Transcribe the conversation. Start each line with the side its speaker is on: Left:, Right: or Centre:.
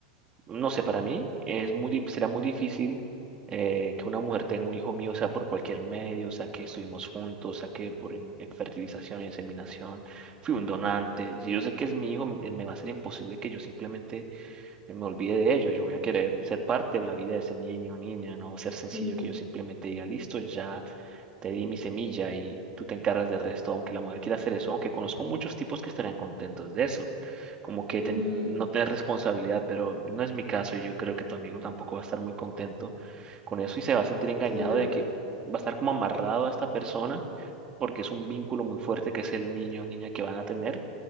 Right: no sé, para mí es muy, di- será muy difícil eh, que una mujer tenga un hijo mío, o sea por cualquier medio, o sea que estuvimos juntos, o sea que por in- eh, fertilización, inseminación, fui un donante, si
Centre: mm,
Right: yo sé que es mi hijo, m- eh, me va a ser imposible que yo simplemente me olvide de ello, yo voy a querer ser parte de la vida de ese niño o niña, no va a ser sencillo
Centre: mm,
Right: que yo simplemente diga, listo, ya te di mi semilla y tú te encargas del resto, aunque la mujer quiera hacer eso, aunque conozco muchos tipos que estarían contentos de eso, como que
Centre: mm,
Right: ten- no tener responsabilidad, pero no es mi caso y yo creo que tu amigo tampoco va a estar muy contento con eso y se va a sentir engañado
Centre: claro.
Right: de que va a estar como amarrado a esta persona porque es un vínculo muy fuerte que es el niño o niña que van a tener